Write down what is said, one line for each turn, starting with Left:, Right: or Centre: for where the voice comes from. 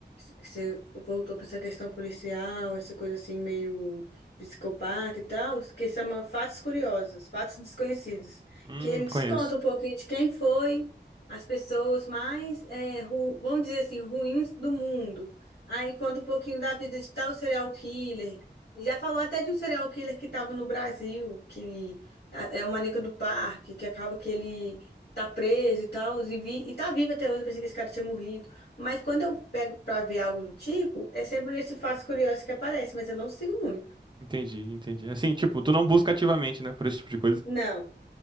Left: que você voltou pra essa questão policial, essa coisa assim meio psicopata e tal, que chama Fatos Curiosos, Fatos Desconhecidos,
Right: Hum,
Left: que ele desconta
Right: conheço.
Left: um pouquinho de quem foi as pessoas mais, é, ru- vamos dizer assim, ruins do mundo. Aí conta um pouquinho da vida de tal serial killer. Já falou até de um serial killer que estava no Brasil, que ah, é o Maníaco do Parque, que acaba que ele tá preso e tal, e, vi, e tá vivo até hoje, eu pensei que esse cara tinha morrido. Mas quando eu pego pra ver algo do tipo, é sempre nesse fato curioso que aparece, mas eu não sigo muito.
Right: Entendi, entendi. Assim, tipo, tu não busca ativamente, né, por esse tipo de coisa.
Left: Não,